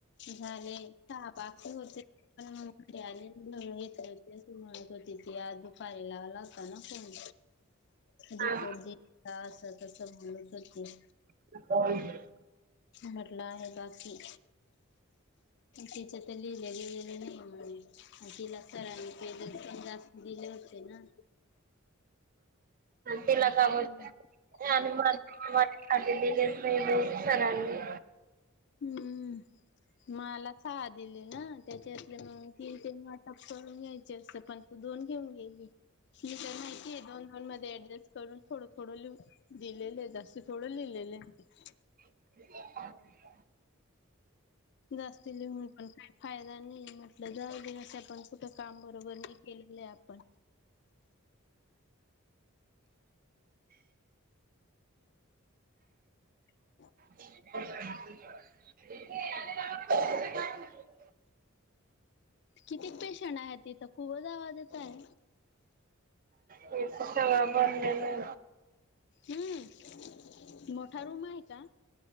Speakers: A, on the left (about 55°); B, on the right (about 40°).
A: झाले सहा बाकी होते. पण मग घेतती अस म्हणत होती ती आ दुपारीला ला होता ना फोन. डिपोजीट
B: हा
A: अस तस म्हणत होती.
B: नकय.. <unintelligible>
A: मटला आहे बाकी. तिच्या ते लिहिल्या गले नाही ना म्ह. तिला सरांनी तेजस पण जास्त दिले होते ना. म्हटलं
B: तिला
A: सांग
B: काम आणि आ ते दिलेच नाही ब सरांनी.
A: हम्म. माला सहा दिले ना त्याच्यातले मग तीन तीन वाटप करून घ्यायचे असत पण तू दोन घेऊन गेली. मी तर माहिती आहे दोन दोन मध्ये ऍडजस्ट करून थोड- थोड लिहुन दिलेले आहे आस थोड लिलेल हे.
B: <inaudible>
A: जास्ती लिहून पण काय फायदा नाही म्हटल जाऊ दे आसपण कुठ काम बरोबर नाही केलेल आपण. <inaudible>
B: <inaudible> <inaudible>
A: किती ते शनाया आहे तिथ खूपच आवाज येत आहे.
B: हे त सगळ भरलेल हे.
A: हम् मोठा रूम आहे का.